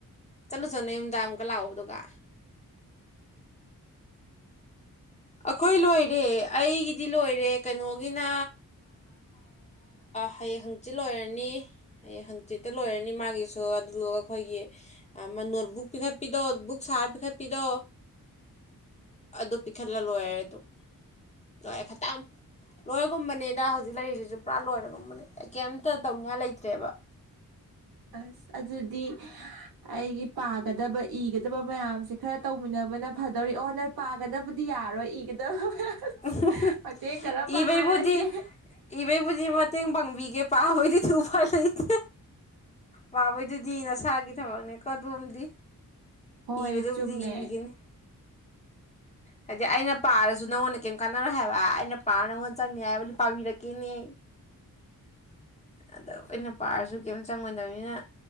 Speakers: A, on the left; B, on the right.
A: ꯆꯠꯂꯨ ꯆꯠꯂꯨ ꯌꯨꯝꯗꯥ ꯑꯃꯨꯛꯀ ꯂꯥꯛꯑꯣꯕ ꯑꯗꯨꯒ ꯑꯩꯈꯣꯏ ꯂꯣꯏꯔꯦ ꯑꯩꯒꯤꯗꯤ ꯂꯣꯏꯔꯦ ꯀꯩꯅꯣꯒꯤꯅ ꯍꯌꯦꯡ ꯍꯪꯆꯤꯠ ꯂꯣꯏꯔꯅꯤ ꯍꯌꯦꯡ ꯍꯪꯆꯤꯠꯇ ꯂꯣꯏꯔꯅꯤ ꯃꯥꯒꯤꯁꯨ ꯑꯗꯨꯗꯨꯒ ꯑꯩꯈꯣꯏꯒꯤ ꯑꯃ ꯅꯣꯠ ꯕꯨꯛ ꯄꯤꯈꯠꯄꯤꯗꯣ ꯕꯨꯛ ꯁꯥꯔ ꯄꯤꯈꯠꯄꯤꯗꯣ ꯑꯗꯨ ꯏꯟꯈꯠꯂ ꯂꯣꯏꯔꯦ ꯑꯗꯨꯝ ꯂꯣꯏꯔꯦ ꯈꯤꯛꯇꯪ ꯂꯣꯏꯔꯒꯨꯝꯕꯅꯦꯗ ꯍꯧꯖꯤꯛ ꯂꯩꯔꯤꯁꯤꯁꯨ ꯄꯨꯔꯥ ꯂꯣꯏꯔꯒꯨꯝꯕꯅꯦ ꯑꯩ ꯀꯩꯝꯇ ꯇꯧꯅꯤꯡꯉꯥꯏ ꯂꯩꯇ꯭ꯔꯦꯕ
B: ꯑꯁ ꯑꯗꯨꯗꯤ ꯑꯩꯒꯤ ꯄꯥꯒꯗꯕ ꯏꯒꯗꯕ ꯃꯌꯥꯝꯁꯦ ꯈꯔ ꯇꯧꯃꯤꯟꯅꯕꯅ ꯐꯗꯧꯔꯤ ꯑꯣ ꯅ ꯄꯥꯒꯗꯕꯨꯗꯤ ꯌꯥꯔꯣꯏ ꯏꯒꯗꯕ ꯃꯌꯥꯝꯁꯦ
A: ꯎ
B: ꯃꯇꯦꯡ ꯈꯔ ꯄꯥꯡꯅꯔꯁꯦ
A: ꯏ ꯩꯚꯨꯗꯤ ꯏ ꯩꯚꯨꯗꯤ ꯃ ꯃꯇꯦꯡ ꯄꯥꯡꯕꯤꯒꯦ ꯄꯥꯕꯩꯗꯨꯗꯤ ꯎꯄ ꯂꯩꯇꯦ ꯄꯥꯕꯩꯗꯨꯗꯤ ꯅꯁꯥꯒꯤ ꯊꯕꯛꯅꯦꯀꯣ ꯑꯗꯨꯝꯗꯤ
B: ꯍꯣꯏ
A: ꯏꯕꯗꯨꯕꯨꯗꯤ
B: ꯆꯨꯝꯃꯦ
A: ꯏꯕꯤꯒꯅꯤ ꯍꯥꯏꯗꯤ ꯑꯩꯅ ꯄꯥꯔꯁꯨ ꯅꯉꯣꯟꯗ ꯀꯩꯝ ꯀꯥꯟꯅꯅꯕꯅ ꯍꯥꯏꯕ ꯑꯩꯅ ꯄꯥꯅꯕ ꯆꯪꯅꯤ ꯍꯥꯏꯕꯗꯤ ꯄꯥꯕꯤꯔꯛꯀꯦꯅꯦ ꯑꯗꯣ ꯑꯩꯅ ꯄꯥꯔꯁꯨ ꯀꯩꯝꯇ ꯆꯪꯉꯣꯏꯗꯕꯅꯤꯅ